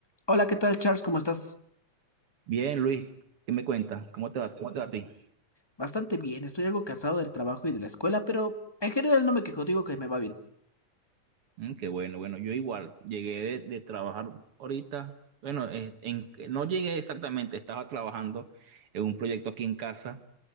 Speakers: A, on the left; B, on the right.
A: Hola, ¿qué tal, Charles? ¿Cómo estás?
B: Bien, Luis, ¿qué me cuentas? ¿Cómo te va? ¿Cómo te va a ti?
A: Bastante bien, estoy algo cansado del trabajo y de la escuela, pero en general no me quejo, digo que me va bien.
B: Mm, qué bueno, bueno, yo igual llegué de, de trabajar ahorita. Bueno, eh, en- no llegué exactamente, estaba trabajando en un proyecto aquí en casa